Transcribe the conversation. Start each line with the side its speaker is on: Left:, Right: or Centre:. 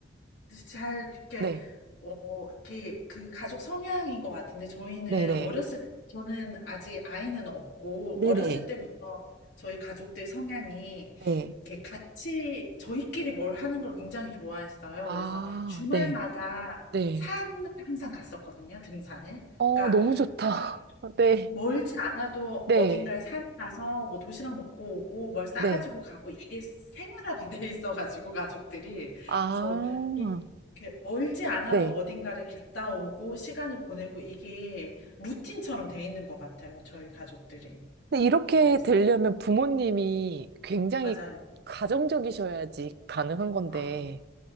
Left: 잘, 이렇게,
Right: 네.
Left: 어, 이렇게, 그 가족 성향인 것 같은데, 저희는
Right: 네네.
Left: 어렸을 때, 저는 아직 아이는 없고,
Right: 네네.
Left: 어렸을 때부터 저희 가족들 성향이
Right: 네.
Left: 이렇게 같이 저희끼리 뭘 하는 걸 굉장히 좋아했어요.
Right: 아,
Left: 그래서 주말마다
Right: 네. 네.
Left: 산을 항상 갔었거든요, 등산을.
Right: 어,
Left: 그러니까
Right: 너무 좋다.
Left: 그
Right: <laughs> 네.
Left: 멀지 않아도
Right: 네.
Left: 어딘가에 산에 가서 뭐 도시락 먹고 오고 뭘 싸가지고
Right: 네.
Left: 가고 이게 생활화가 <laughs> 돼 있어가지고 가족들이
Right: 아,
Left: 그래서 이- 이렇게 멀지 않아도
Right: 네.
Left: 어딘가를 갔다 오고 시간을 보내고 이게 루틴처럼 돼 있는 것 같아요, 저희 가족들이.
Right: 근데
Left: 그,
Right: 이렇게
Left: 그래서
Right: 되려면 부모님이 굉장히
Left: 맞아요.
Right: 가정적이셔야지 가능한 건데,
Left: 아,